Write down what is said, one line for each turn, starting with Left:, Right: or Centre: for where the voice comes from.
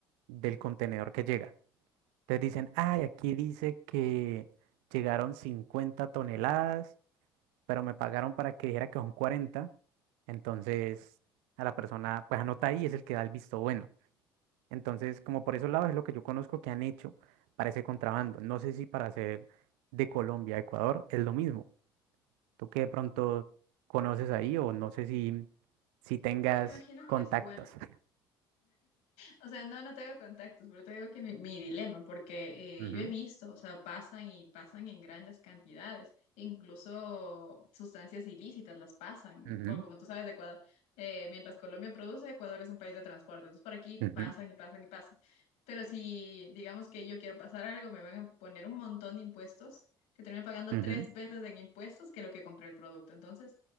Right: del contenedor que llega. Entonces dicen, ay, aquí dice que llegaron 50 toneladas, pero me pagaron para que dijera que son 40. Entonces a la persona, pues anota ahí, es el que da el visto bueno. Entonces, como por esos lados es lo que yo conozco que han hecho para ese contrabando. No sé si para hacer de Colombia a Ecuador es lo mismo tú qué de pronto conoces ahí o no sé si, si tengas
Left: Es que me imagino
Right: contactos.
Left: que es igual.
Right: <laughs>
Left: O sea, no, no tengo contactos, pero te digo que mi, mi dilema, porque
Right: Ujú,
Left: eh, yo he visto, o sea, pasan y pasan en grandes cantidades, incluso sustancias ilícitas las pasan.
Right: ujú,
Left: Bueno, como tú sabes, de Ecuador, eh, mientras Colombia produce, Ecuador es un país de transporte, entonces por aquí
Right: ujú,
Left: pasan y pasan y pasan. Pero si digamos que yo quiero pasar algo, me van a poner un montón de impuestos, que termino pagando
Right: ujú,
Left: tres veces en impuestos que lo que compré el producto. Entonces,